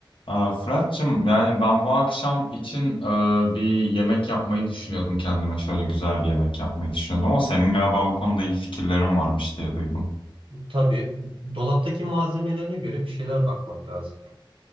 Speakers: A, on the left; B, on the right.
A: Aa, Fırat'cığım yani ben bu akşam için e, bir yemek yapmayı düşünüyordum kendime şöyle güzel bir yemek yapmayı düşünüyordum ama senin galiba bu konuda iyi fikirlerin varmış diye duydum.
B: Tabii dolaptaki malzemelerine göre bir şeyler bakmak lazım.